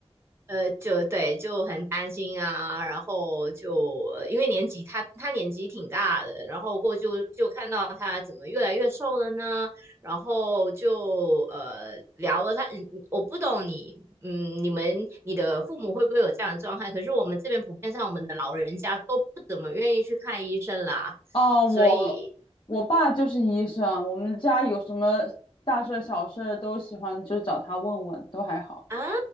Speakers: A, on the right; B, on the left.
A: 呃，就对，就很担心啊，然后就呃因为年纪他他年纪挺大的，然后过就就看到他怎么越来越瘦了呢，然后就呃聊了他，嗯我不懂你，嗯，你们你的父母会不会有这样的状态？可是我们这边普遍上，我们的老人家都不怎么愿意去看医生啦，
B: 哦，我我爸就是医生，
A: 所以
B: 我们家有什么大事儿小事儿都喜欢就找他问问，都还好，
A: 啊，